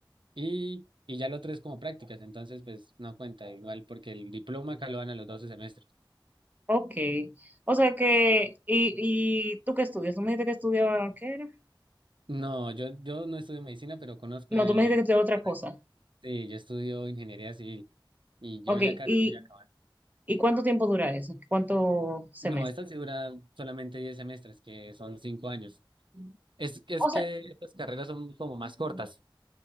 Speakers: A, on the right; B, on the right.
A: Y, y ya lo otro es como prácticas, entonces pues no cuenta igual porque el diploma acá lo dan a los 12 semestres.
B: Ok. O sea que, ¿y, y tú qué estudias? ¿Tú me dijiste que estudiaba qué era?
A: No, yo, yo no estudio medicina, pero conozco
B: No,
A: eh,
B: tú me dijiste que estudiaba
A: la
B: otra
A: carrera.
B: cosa.
A: Sí, yo estudio ingeniería civil y yo
B: Ok,
A: ya casi
B: ¿y
A: voy a acabar.
B: ¿Y cuánto tiempo dura eso? ¿Cuántos semestres?
A: No, esta sí dura solamente 10 semestres, que son 5 años. Es, es
B: O
A: que
B: sea,
A: estas carreras son como más cortas.